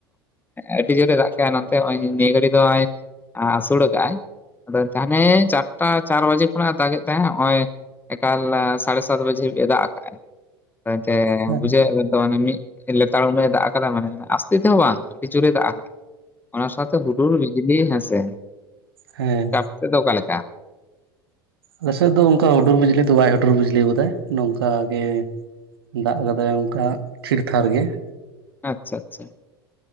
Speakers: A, on the left; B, on the right.
A: ᱟᱹᱰᱤ ᱡᱳᱨᱮ ᱫᱟᱜ ᱠᱮᱫᱟ ᱱᱚᱱᱛᱮ ᱱᱚᱜᱼᱚᱭ ᱱᱤᱭᱟᱹ ᱜᱷᱟᱹᱲᱤ ᱫᱚ ᱟᱸᱥᱩᱲ ᱠᱟᱜ ᱟᱭ ᱟᱫᱚ ᱦᱟᱱᱮ ᱪᱟᱨᱴᱟ ᱪᱟᱨ ᱵᱟᱡᱮ ᱠᱷᱚᱱᱟᱜ ᱮ ᱫᱟᱜᱮᱫ ᱛᱟᱦᱮᱸᱫ ᱱᱚᱜᱼᱚᱭ ᱮᱠᱟᱞ ᱥᱟᱲᱮ ᱥᱟᱛ ᱵᱟᱡᱮ ᱦᱟᱹᱵᱤᱡ ᱮ ᱫᱟᱜ ᱟᱠᱟᱜᱼᱟ ᱮᱱᱛᱮ
B: ᱦᱮᱸ
A: ᱵᱩᱡᱷᱟᱹᱣᱮᱫ ᱵᱮᱱ ᱛᱚᱵᱮ ᱢᱤᱫ ᱞᱮᱛᱟᱲ ᱩᱱᱟᱹ ᱮ ᱫᱟᱜ ᱟᱠᱟᱫᱟ ᱢᱟᱱᱮ ᱟᱥᱛᱮ ᱛᱮᱦᱚᱸ ᱵᱟᱝ, ᱟᱹᱰᱤ ᱡᱳᱨᱮ ᱫᱟᱜ ᱟᱠᱟᱫᱟ ᱚᱱᱟ ᱥᱟᱶᱛᱮ ᱦᱩᱰᱩᱨ ᱵᱤ ᱡᱞᱤ ᱦᱮᱸᱥᱮ
B: ᱦᱮᱸ
A: ᱟᱯᱮ ᱥᱮᱫ ᱫᱚ ᱚᱠᱟ ᱞᱮᱠᱟ?
B: ᱟᱞᱮ ᱥᱮᱫ ᱫᱚ ᱚᱱᱠᱟ ᱦᱩᱰᱩᱨ ᱵᱤᱡᱽᱞᱤ ᱫᱚ ᱵᱟᱭ ᱦᱩᱰᱩᱨ ᱵᱤᱡᱽᱞᱤ ᱠᱟᱫᱟᱭ ᱱᱚᱝᱠᱟ ᱜᱮ ᱾ ᱫᱟᱜ ᱠᱟᱫᱟᱭ ᱚᱱᱠᱟ ᱛᱷᱤᱨ ᱛᱷᱟᱨ ᱜᱮ ᱾
A: ᱟᱪᱪᱷᱟ ᱟᱪᱪᱷᱟ